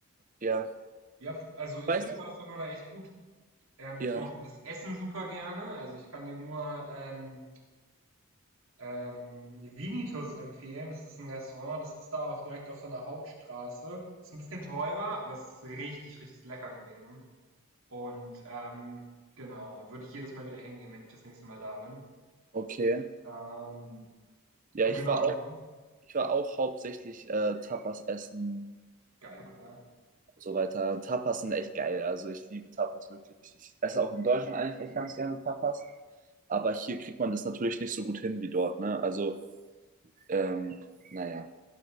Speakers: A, on the right; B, on the right.
A: Ja.
B: ja, also, ich
A: Weißt
B: finde
A: du?
B: Barcelona echt gut. Ähm,
A: Ja,
B: ich mochte das Essen super gerne. Also, ich kann dir nur, ähm ähm, Vinitus empfehlen. Das ist ein Restaurant, das ist da auch direkt auf so einer Hauptstraße. Ist ein bisschen teurer, aber es ist richtig, richtig lecker gewesen. Und, ähm, genau, würde ich jedes Mal wieder hingehen, wenn ich das nächste Mal da bin.
A: okay.
B: Ähm,
A: Ja,
B: genau,
A: ich war auch,
B: ansonsten
A: ich war auch hauptsächlich äh, Tapas essen
B: geil, oder?
A: und so weiter. Tapas sind echt geil. Also ich liebe Tapas wirklich. Ich esse auch in Deutschland eigentlich echt ganz gerne Tapas. Aber hier kriegt man das natürlich nicht so gut hin wie dort, ne? Also, ähm, naja.